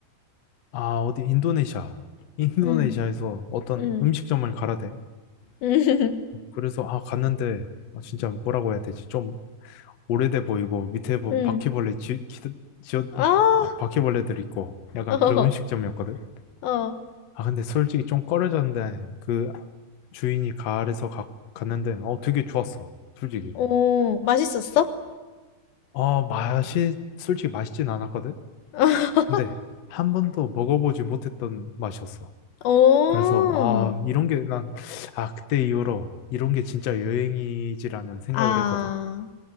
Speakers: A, on the left; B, on the left.
A: 아, 어디 인도네시아. 인도네시아에서
B: 응,
A: 어떤
B: 응.
A: 음식점을 가라 대.
B: <laughs> 응.
A: 그래서 아, 갔는데 아, 진짜 뭐라고 해야 되지? 좀 오래돼 보이고 밑에 보면
B: 응.
A: 바퀴벌레 지, 기, 지어,
B: 아,
A: 아, 바퀴벌레들 있고 약간
B: <laughs>
A: 그런 음식점이었거든.
B: 어, 어,
A: 아 근데 솔직히 좀 꺼려졌는데 그 주인이 가을에서 가, 갔는데 어 되게 좋았어. 솔직히.
B: 오, 맛있었어?
A: 어 맛이 솔직히 맛있진 않았거든.
B: <laughs>
A: 근데 한 번도 먹어보지 못했던 맛이었어.
B: 오,
A: 그래서 아 이런 게 난 아 그때 이후로 이런 게 진짜 여행이지라는 생각을
B: 아,
A: 했거든.